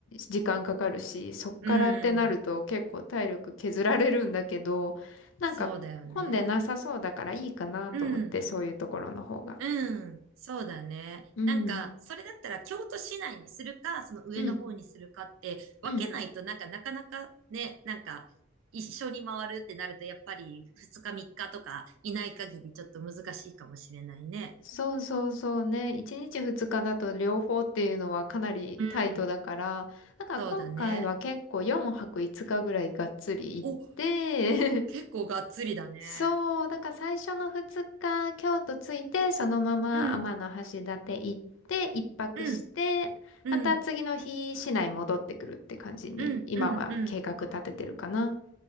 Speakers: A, on the left (about 80°); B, on the right (about 80°).
A: 時間かかるし、そっからってなると結構体力削られるんだけど、
B: うん。
A: なんか混んでなさそうだからいいかなと思って、
B: そうだよね。うん。
A: そういうところの方が。
B: うん、そうだね。
A: うん、
B: なんか、それだったら京都市内にするか、その上の方にするかって分けないと、
A: うん、うん。
B: なんか、なかなかね、なんか、一緒に回るってなると、やっぱり2日3日とかいない限りちょっと難しいかもしれないね。
A: そうそうそうね。1日2日だと両方っていうのはかなりタイトだから、
B: うん、
A: だから今回は結構4泊5日ぐらいがっつり行って
B: そうだね。お、結構がっつりだね。
A: そう、だから最初の2日、京都着いて、そのまま天橋立行って、
B: うん、
A: 一泊して、
B: うん、うん、
A: また次の日、市内戻ってくるって感じに、
B: うん、
A: 今は計画立ててるかな。
B: うん、うん。